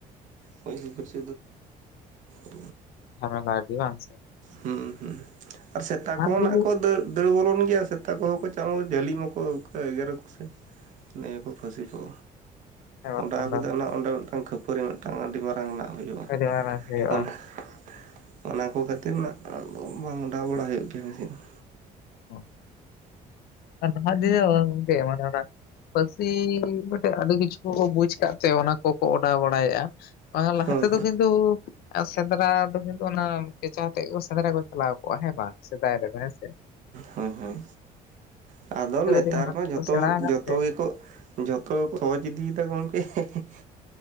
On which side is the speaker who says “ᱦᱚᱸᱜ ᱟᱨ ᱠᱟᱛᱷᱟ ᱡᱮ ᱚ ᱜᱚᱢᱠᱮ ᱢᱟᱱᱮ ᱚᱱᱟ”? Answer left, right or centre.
Left